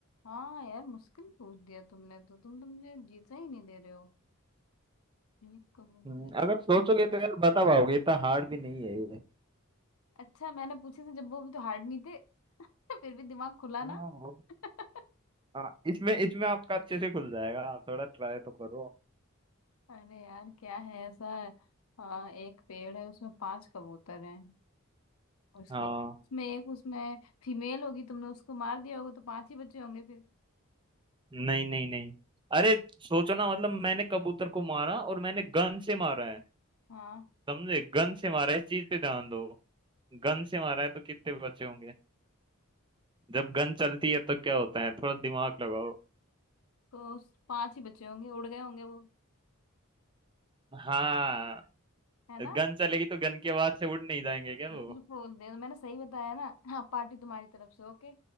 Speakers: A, on the left; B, on the right.
A: हाँ यार मुश्किल पूछ दिया तुमने तो तुम तो मुझे जीता ही नहीं दे रहे हो ये कबूतर
B: हम्म,
A: है
B: अगर सोचोगे तो यार बता पाओगे इतना हार्ड भी नहीं है ये
A: अच्छा मैंने पूछे थे जब वो भी तो हार्ड नहीं थे <laughs> फिर भी दिमाग खुला
B: हाँ
A: ना
B: वो-
A: <laughs>
B: हाँ, इसमें इसमें आपका अच्छे से खुल जाएगा थोड़ा ट्राई तो करो
A: अरे यार क्या है ऐसा हाँ एक पेड़ है उसमें पांच कबूतर हैं उसको
B: हाँ
A: उसमें एक उसमें फीमेल होगी तुमने उसको मार दिया होगा तो पांच ही बचे होंगे फिर
B: नहीं नहीं नहीं अरे सोचो ना मतलब मैंने कबूतर को मारा और मैंने गन से मारा है
A: हाँ
B: समझे गन से मारा है इस चीज पे ध्यान दो गन से मारा है तो कितने बचे होंगे जब गन चलती है तो क्या होता है थोड़ा दिमाग लगाओ
A: तो उस पांच ही बचे होंगे उड़ गए होंगे वो
B: हाँ
A: है ना
B: गन चलेगी तो गन की आवाज से उड़ नहीं जाएंगे क्या वो
A: बिल्कुल दे मैंने सही बताया ना हाँ पार्टी तुम्हारी तरफ से ओके